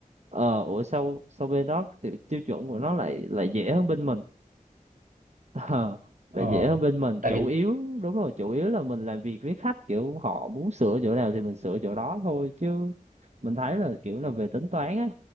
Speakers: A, on the right; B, on the right.
A: ờ ủa sao sao bên đó tiêu, tiêu chuẩn của nó lại lại dễ hơn bên mình Ờ, Tại
B: ờ
A: dễ hơn bên mình
B: tại
A: chủ
B: vì
A: yếu đúng rồi chủ yếu là mình làm việc với khách kiểu họ muốn sửa chỗ nào thì mình sửa chỗ đó thôi chứ mình thấy là kiểu là về tính toán á